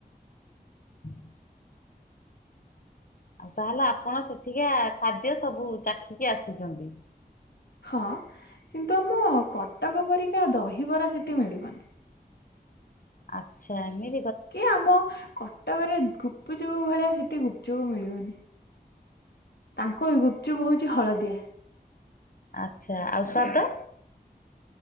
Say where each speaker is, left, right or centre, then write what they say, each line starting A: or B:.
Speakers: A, on the left; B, on the left.
A: ହୁଁ ଆଉ ତାହେଲେ, ଆପଣ ସେଠିକା ଖାଦ୍ୟ ସବୁ, ଚାଖିକି ଆସିଛନ୍ତି?
B: ହଁ, କିନ୍ତୁ ଆମ କଟକ ପରିକା, ଦହିବରା ସେଠି ମିଳିବନି।
A: ଆଚ୍ଛା ଏମି
B: କି ଆମ କଟକରେ, ଗୁପ୍ ଚୁପ୍ ଭଳିଆ, ସେଠି ଗୁପ୍ ଚୁପ୍ ମିଳିବନି। ତାଙ୍କ ଏ ଗୁପ୍ ଚୁପ୍ ହଉଛି ହଳଦିଆ।
A: ଆଚ୍ଛା। ଆଉ ସ୍ୱାଦ?